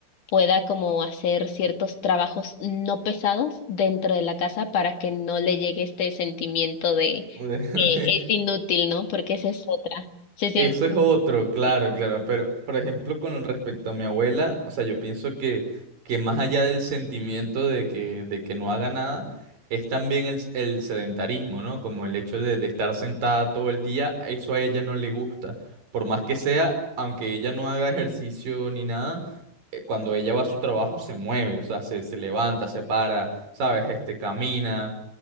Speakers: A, on the left (about 60°); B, on the right (about 65°).
A: pueda como hacer ciertos trabajos no pesados dentro de la casa para que no le llegue este sentimiento de
B: <laughs>
A: que es inútil, ¿no? Porque esa es otra. Se siente
B: Eso es otro,
A: inútil.
B: claro, claro, pero por ejemplo con respecto a mi abuela, o sea, yo pienso que, que más allá del sentimiento de que, de que no haga nada, es también el, el sedentarismo, ¿no? Como el hecho de, de estar sentada todo el día, eso a ella no le gusta. Por más que sea, aunque ella no haga ejercicio ni nada, eh, cuando ella va a su trabajo se mueve, o sea, se, se levanta, se para, ¿sabes? Este, camina